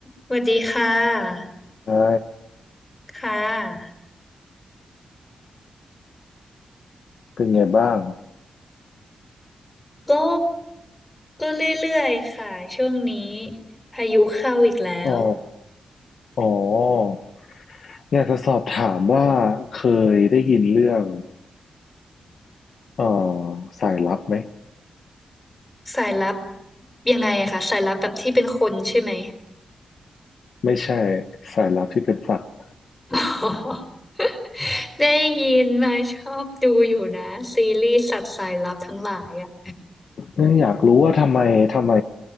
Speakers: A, on the left (about 15°); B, on the left (about 60°).
A: สวัสดีค่ะ
B: ใช่
A: ค่ะ
B: เป็นไงบ้าง
A: ก็ก็เรื่อยๆค่ะ ช่วงนี้พายุเข้าอีกแล้ว
B: อ๋ออ๋ออยากจะสอบถามว่าเคยได้ยินเรื่องเอ่อสายลับไหม
A: สายลับยังไงอะคะสายลับแบบที่เป็นคนใช่ไหม
B: ไม่ใช่สายลับที่เป็นสัตว์
A: ออ <laughs> ได้ยินมาชอบดูอยู่นะซีรีส์สัตว์สายลับทั้งหลายอะ
B: เอ้ยอยากรู้ว่าทำไมทำไม